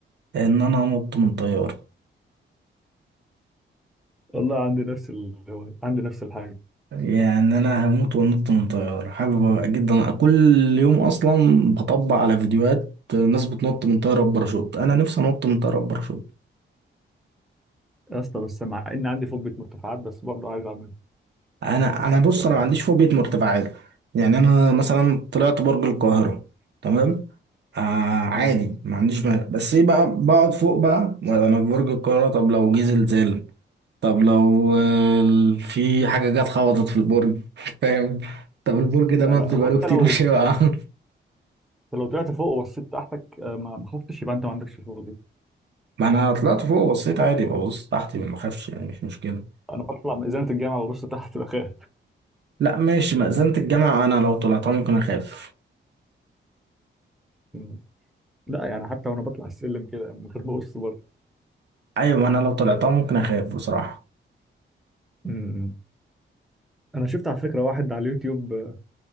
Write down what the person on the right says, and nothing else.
ان انا انط من طيارة
يعني انا هموت وانط من طيارة حابب جدا أنا كل يوم اصلا بطبع على فيديوهات ناس بتنط من طيارة بباراشوت انا نفسي انط من طيارة بباراشوت
انا انا بص
انا ما عنديش فوبيا مرتفعات يعني انا مثلا طلعت برج القاهرة تمام آه عادي
ما عنديش مانع بس ايه بقى بقعد فوق بقى انا في برج القاهرة طب لو جه زلزال طب لو آه، في حاجة جت خبطت في البرج <laughs> فاهم طب البرج ده
مبني
بقاله
كتير
مش هيقع <laughs>
ما انا طلعت فوق بصيت عادي ببص تحتي ما بخافش يعني مش مشكله
لا ماشي مأذنة الجامعه انا لو طلعتها ممكن اخاف
ايوه ما انا لو طلعتها ممكن اخاف بصراحه